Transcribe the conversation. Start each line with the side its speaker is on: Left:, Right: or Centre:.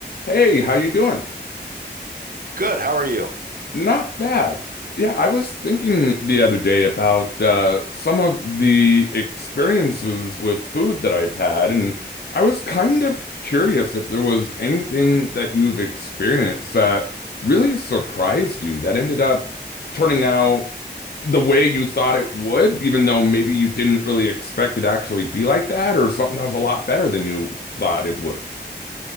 Left: Hey, how you doing?
Right: Good. How are you?
Left: Not bad. Yeah, I was thinking the other day about uh, some of the experiences with food that I've had, and I was kind of curious if there was anything that you've experienced that really surprised you that ended up turning out the way you thought it would, even though maybe you didn't really expect it to actually be like that, or something that was a lot better than you thought it would.